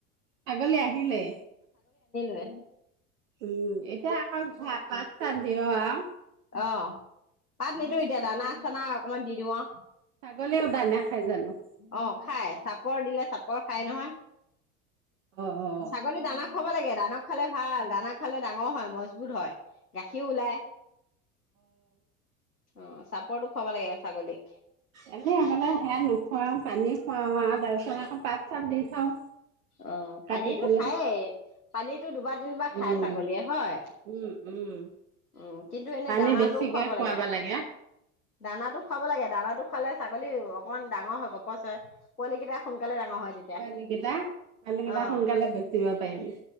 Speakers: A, on the right; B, on the left.
A: ছাগলী আহিলে।
B: য়ে।
A: উম এতিয়া আকৌ পাঁচটাত দিয় আও।
B: অ পাত নিদিওঁ এতিয়া দানা চানা অকণমান দি দিওঁ অ।
A: ছাগলীও দানা খাই জানোঁ।
B: অ খাই। চাপৰ দিলে চাপৰ খাই নহয়।
A: অ অ
B: ছাগলী দানা খোৱাব লাগে। দানা খালে ভাল দানা খালে ডাঙৰ হয় মজবুত হয়। গাখীৰও ওলায় অ চাপৰটো খাব লাগে ছাগলীক।
A: এ সলে সেয়া নোখুৱাও পানী খুৱাও আৰু তাৰ পিছত আকৌ পাত চাত দি থওঁ।
B: অ'
A: কাটি
B: পানীটো
A: পেলাই
B: খায়েই, পানীটো দুবাৰ, তিনিবাৰ খাই
A: উম
B: ছাগলীয়ে। হয়,
A: উম উম
B: উম কিন্তু এনে
A: পানী
B: দানাটো
A: বেছিকে
B: খুৱাব লাগে
A: অ
B: দানাটো খুৱাব লাগে, দানাটো খুৱালে ছাগলীৰ অকমান ডাঙৰ হয়, গপচ হয়। পোৱালি তেতিয়া সোনকালে ডাঙৰ হয় তেতিয়া
A: পোৱালি কেইটা পোৱালি কেইটা
B: অ
A: সোনকালে বেচিব পাৰিবি।